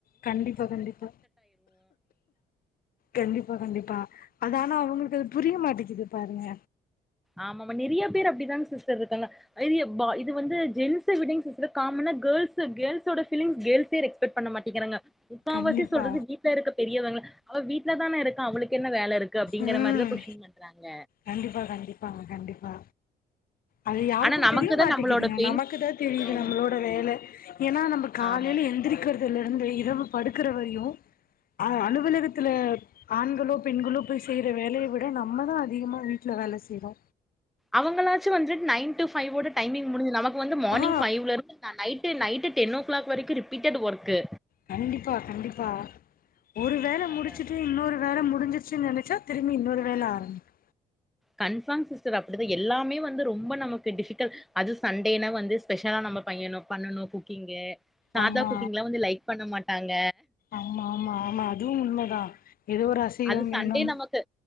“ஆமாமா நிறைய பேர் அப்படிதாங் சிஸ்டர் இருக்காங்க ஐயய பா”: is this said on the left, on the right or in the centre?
Centre